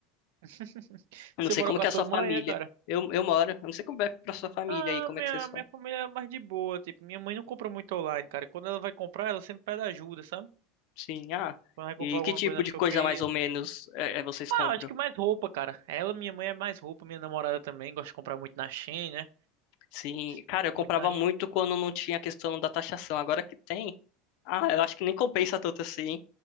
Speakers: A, on the right; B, on the left.
A: <laughs>
B: Eu
A: Você
B: não sei
A: mora
B: como
A: com
B: que
A: a
B: é
A: sua
B: a sua
A: mãe,
B: família.
A: é, cara?
B: Eu, eu moro. Eu não sei como é pra sua família
A: Ah,
B: aí, como
A: minha,
B: é que vocês fazem.
A: minha família é mais de boa, tipo, minha mãe não compra muito online, cara. Quando ela vai comprar, ela sempre pede ajuda, sabe?
B: Sim, ah.
A: Quando vai comprar
B: E
A: alguma
B: que tipo
A: coisa na
B: de
A: Shopee.
B: coisa mais ou menos é, é vocês
A: Ah,
B: compram?
A: acho que mais roupa, cara. Ela, minha mãe é mais roupa, minha namorada também gosta de comprar muito na Shein, né?
B: Sim, cara,
A: Compra
B: eu comprava
A: muito na
B: muito quando não tinha a questão da taxação. Agora que tem, ah, eu acho que nem compensa tanto assim.